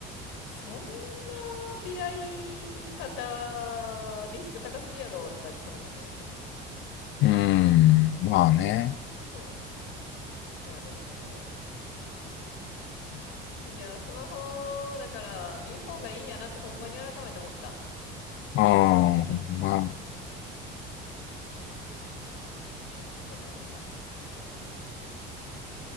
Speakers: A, on the left; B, on the left.
A: そんな出会い方、リスク高すぎやろとかってその子には言っててさ。
B: うんまあね。
A: ってんけど、そう。いや、でもなんかそう、うんうん。そうやな。あいや、スマホだから見ん方がいいんやなってほんまに改めて思った。
B: ああ、ほんま。
A: まあ、なんか、いいことないんやなと思って。